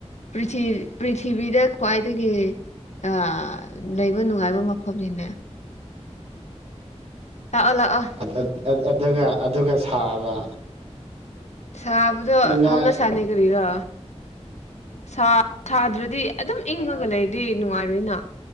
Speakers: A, on the left; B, on the right.
A: ꯄ꯭ꯔꯤꯊꯤ ꯄ꯭ꯔꯤꯊꯤꯕꯤꯗ ꯈ꯭ꯋꯥꯏꯗꯒꯤ ꯑꯥ ꯂꯩꯕ ꯅꯨꯡꯉꯥꯏꯕ ꯃꯐꯝꯅꯤꯅꯦ ꯂꯥꯛꯑꯣ ꯂꯥꯛꯑꯣ
B: ꯑꯠ ꯑꯠ ꯑꯥꯠ ꯑꯗꯨꯒ ꯑꯗꯨꯒ ꯁꯥꯕ
A: ꯁꯥꯕꯗꯣ
B: ꯅꯨꯡꯉꯥꯏ
A: ꯍꯧꯅ ꯁꯥꯅꯤ ꯀꯔꯤꯔꯣ ꯁꯥ ꯁꯥꯗ꯭ꯔꯥꯗꯤ ꯑꯗꯨꯝ ꯏꯪꯉꯒ ꯂꯩꯔꯗꯤ ꯅꯨꯡꯉꯥꯏꯔꯣꯏꯅ